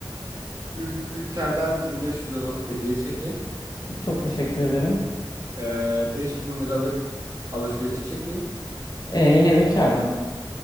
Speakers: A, on the right (about 45°); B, on the left (about 45°).
A: Ül- Ülker'den 1500 liralık hediye çeki,
B: Çok teşekkür ederim.
A: ee, 5000 liralık alışveriş çeki.
B: Ee, yine Ülker'den mi?